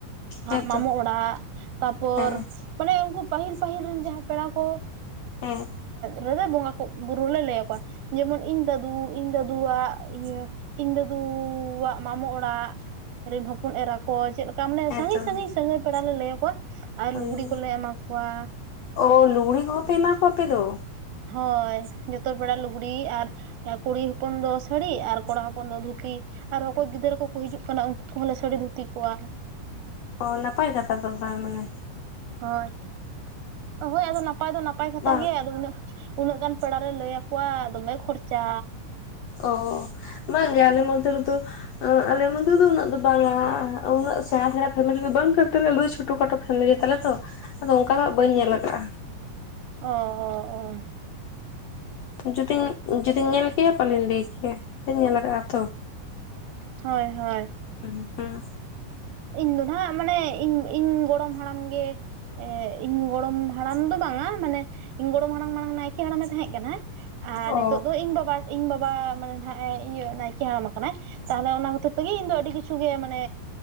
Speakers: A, on the left; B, on the right.
A: ᱦᱮᱸᱛᱚ
B: ᱢᱟᱢᱚ ᱚᱲᱟᱜ ᱛᱟᱨᱯᱚᱨ
A: ᱦᱮᱸ
B: ᱢᱟᱱᱮ ᱩᱱᱠᱩ ᱯᱟᱹᱦᱤᱞ ᱯᱟᱹᱦᱤᱞ ᱨᱮᱱ ᱡᱟᱦᱟᱸ ᱯᱮᱲᱟ ᱠᱚ
A: ᱦᱮᱸ
B: ᱨᱮᱫᱚ ᱵᱚᱸᱜᱟ ᱠᱚ ᱵᱩᱨᱩ ᱞᱮ ᱞᱟᱹᱭ ᱟᱠᱚᱣᱟ ᱡᱮᱢᱚᱱ ᱤᱧ ᱫᱟᱹᱫᱩ ᱤᱧ ᱫᱟᱫᱩᱣᱟᱜ ᱤᱭᱟᱹ, ᱤᱧ ᱫᱟᱫᱩᱣᱟᱜ ᱢᱟᱢᱚ ᱚᱲᱟᱜ ᱨᱮᱱ ᱦᱚᱯᱚᱱ ᱮᱨᱟ ᱠᱚ ᱪᱮᱫ ᱞᱮᱠᱟ ᱢᱟᱱᱮ
A: ᱦᱮᱸᱛᱚ
B: ᱥᱟᱺᱜᱤᱧ ᱥᱟᱺᱜᱤᱧ ᱥᱟᱺᱟᱹᱜᱤ ᱯᱮᱲᱟ ᱞᱮ ᱞᱟᱹᱭ ᱟᱠᱚᱣᱟ᱾ ᱟᱨ
A: ᱟᱭᱳ
B: ᱞᱩᱜᱽᱲᱤ ᱠᱚᱞᱮ ᱮᱢᱟ ᱠᱚᱣᱟ᱾
A: ᱚ ᱞᱩᱜᱲᱤ ᱠᱚᱦᱮᱢᱟ ᱠᱚᱦᱮᱸ ᱯᱮ ᱮᱢᱟ ᱠᱚᱶᱟ ᱟᱯᱮ ᱫᱚ᱾
B: ᱦᱳᱭ ᱡᱷᱚᱛᱚ ᱯᱮᱲᱟ ᱞᱩᱜᱽᱲᱤᱡ ᱟᱨ ᱠᱩᱲᱤ ᱦᱚᱯᱚᱱ ᱫᱚ ᱥᱟᱹᱲᱤ ᱟᱨ ᱠᱚᱲᱟ ᱦᱚᱯᱚᱱ ᱫᱚ ᱫᱷᱩᱛᱤ᱾ ᱟᱨ ᱚᱠᱚᱭ ᱜᱤᱫᱽᱨᱟᱹ ᱠᱚᱠᱚ ᱦᱤᱡᱩᱜ ᱠᱟᱱᱟ ᱩᱱᱠᱩ ᱠᱚᱦᱚᱸᱞᱮ ᱥᱟᱹᱲᱤ ᱫᱷᱩᱛᱤ ᱠᱚᱣᱟ᱾
A: ᱚ ᱱᱟᱯᱟᱭ ᱠᱟᱛᱷᱟ ᱛᱚ ᱛᱟᱦᱚᱞᱮ
B: ᱦᱳᱭ ᱦᱳᱭ ᱟᱫᱚ ᱱᱟᱯᱟᱭ ᱫᱚ ᱱᱟᱯᱟᱭ ᱠᱟᱛᱷᱟ
A: ᱵᱟᱝ
B: ᱜᱮ ᱟᱫᱚ ᱩᱱᱟᱹᱜ ᱩᱱᱟᱹᱜ ᱜᱟᱱ ᱯᱮᱲᱟᱨᱮ ᱞᱟᱹᱭ ᱟᱠᱚᱣᱟ ᱫᱚᱢᱮ ᱠᱷᱚᱨᱪᱟ᱾
A: ᱚ ᱵᱟᱝ ᱜᱮ ᱟᱞᱮ ᱢᱚᱫᱽᱫᱷᱮ ᱨᱮᱫᱚ ᱟᱞᱮ ᱢᱚᱫᱽᱫᱷ ᱨᱮ ᱫᱚ ᱩᱱᱟᱹᱜ ᱫᱚ ᱵᱟᱝ ᱩᱱᱟᱹᱜ ᱥᱮᱬᱟ ᱥᱮᱬᱟ ᱯᱷᱮᱢᱮᱞᱤ ᱫᱚ ᱵᱟᱝ ᱟᱞ ᱫᱚ ᱪᱷᱳᱴᱳ ᱠᱷᱟᱴᱳ ᱯᱷᱮᱢᱮᱞᱤ ᱛᱟᱞᱮ ᱛᱚ ᱟᱫᱚ ᱚᱱᱠᱟ ᱫᱚ ᱵᱟᱹᱧ ᱧᱮᱞ ᱠᱟᱜᱼᱟ᱾
B: ᱚᱻᱚᱻᱚᱻ
A: ᱡᱩᱫᱤᱧ ᱡᱩᱫᱤᱧ ᱧᱮᱞ ᱠᱮᱭᱟ ᱯᱟᱞᱮᱧ ᱞᱟᱹᱭ ᱠᱮᱭᱟ ᱵᱟᱹᱧ ᱧᱮᱞ ᱟᱠᱟᱫᱟ ᱛᱚ
B: ᱦᱳᱭ ᱦᱳᱭ
A: <unintelligible>
B: ᱤᱧ ᱫᱚ ᱱᱟᱦᱟᱸᱜ ᱢᱟᱱᱮ ᱤᱧ ᱤᱧ ᱜᱚᱲᱚᱢ ᱦᱟᱲᱟᱢ ᱜᱮ ᱮ ᱤᱧ ᱜᱚᱲᱚᱢ ᱦᱟᱲᱟᱢ ᱫᱚ ᱵᱟᱝᱟ ᱢᱟᱱᱮ ᱤᱧ ᱜᱚᱲᱚᱢ ᱦᱟᱲᱟᱢ ᱢᱟᱲᱟᱝ ᱱᱟᱭᱠᱮ ᱦᱟᱲᱟᱢ ᱮ ᱛᱟᱦᱮᱸ ᱠᱟᱱᱟ ᱦᱟᱸ ᱟᱨ
A: ᱚ
B: ᱱᱤᱛᱚᱜ ᱫᱚ ᱤᱧ ᱵᱟᱵᱟ ᱤᱧ ᱵᱟᱵᱟ ᱢᱟᱱᱮ ᱱᱟᱦᱜ ᱤᱭᱟᱹ ᱱᱟᱭᱠᱮ ᱦᱟᱲᱟᱢ ᱠᱟᱱᱟᱭ ᱛᱟᱦᱚᱞᱮ ᱚᱱᱟ ᱦᱚᱛᱮ ᱛᱮᱜᱮ ᱤᱧ ᱫᱚ ᱟᱹᱰᱤ ᱠᱤᱪᱷᱩ ᱜᱮ ᱢᱟᱱᱮ